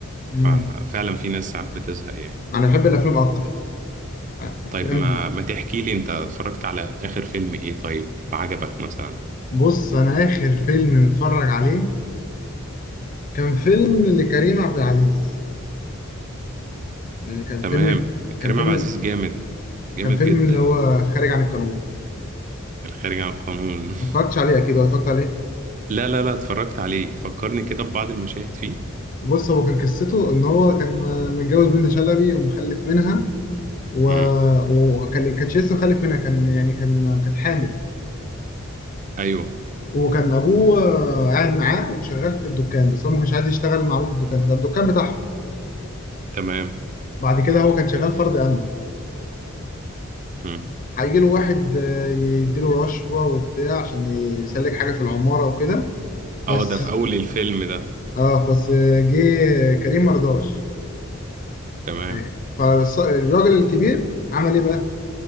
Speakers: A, on the right; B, on the left.
A: ففعلا
B: امم
A: في ناس ساعات بتزهق يعني
B: انا بحب الافلام اكتر الافلام
A: طيب ما
B: دي
A: ما تحكي لي انت اتفرجت على اخر فيلم ايه طيب عجبك مثلا
B: بص انا اخر فيلم متفرج عليه كان فيلم لكريم عبد العزيز يعني كان
A: تمام
B: فيلم كان
A: كريم
B: فيلم
A: عبد العزيز جامد جامد
B: كان فيلم
A: جدا
B: اللي هو
A: يعني
B: خارج عن القانون
A: الخارج عن القانون <laughs>
B: ما اتفرجتش عليه اكيد ولا اتفرجت عليه
A: لا لا لا اتفرجت عليه فكرني كده ببعض المشاهد فيه
B: بص هو كان قصته ان هو كان متجوز بنت شلبي ومخلف منها و...
A: امم
B: وكان كانش لسه مخلف منها كان يعني كان كانت حامل
A: ايوه
B: وكان ابوه آه، قاعد معاه وشغال في الدكان بس هو ما كانش عايز يشتغل مع ابوه في الدكان ده كان الدكان بتاعهم
A: تمام
B: بعد كده هو كان شغال فرد امن
A: امم
B: هيجي له واحد آه، يديله رشوه وبتاع عشان يسلك حاجه في العماره وكده بس
A: اه ده في اول الفيلم ده
B: اه بس آه، جه كريم مرضاش
A: تمام
B: يعني فالراجل الكبير عمل ايه بقى